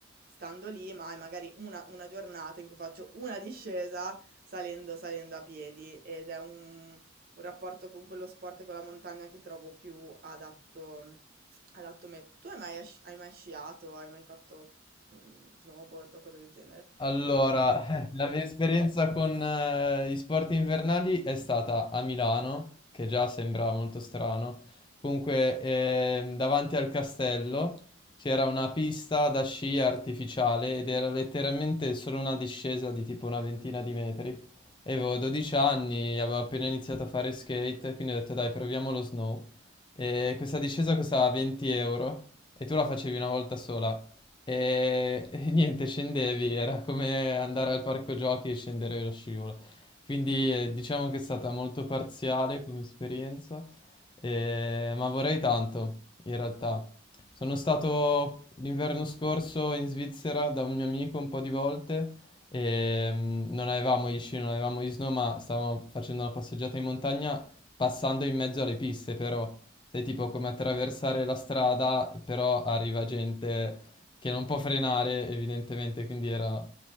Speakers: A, on the right (about 45°); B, on the left (about 25°).
A: stando lì, ma è magari una, una giornata in cui faccio una discesa salendo, salendo a piedi ed è un, un rapporto con quello sport e con la montagna che trovo più adatto, adatto a me. Tu hai mai, sci- hai mai sciato? Hai mai fatto mm, snowboard o cose del genere?
B: Allora, <laughs> eh, la mia esperienza con eh, gli sport invernali è stata a Milano, che già sembra molto strano. Comunque, ehm, davanti al castello c'era una pista da sci artificiale ed era letteralmente solo una discesa di tipo una ventina di metri. E avevo 12 anni, avevo appena iniziato a fare skate, quindi ho detto dai, proviamo lo snow. E questa discesa costava 20 euro e tu la facevi una volta sola. E, e <laughs> niente, scendevi, era come andare al parco giochi e scendere lo scivolo. Quindi
A: Sì.
B: eh, diciamo che è stata molto parziale come esperienza, eh, ma vorrei tanto, in realtà. Sono stato l'inverno scorso in Svizzera da un mio amico un po' di volte e mm, non avevamo gli sci, non avevamo gli snow, ma stavamo facendo una passeggiata in montagna passando in mezzo alle piste, però. Sai, tipo come attraversare la strada, però arriva gente che non può frenare evidentemente, quindi era